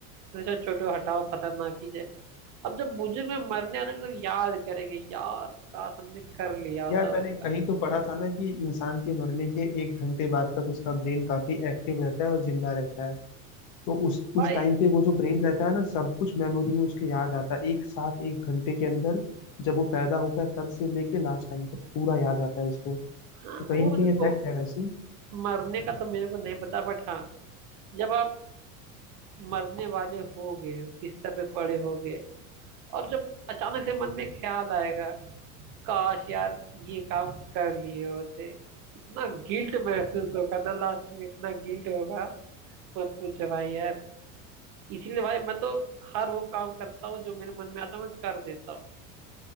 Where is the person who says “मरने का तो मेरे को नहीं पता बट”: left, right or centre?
Right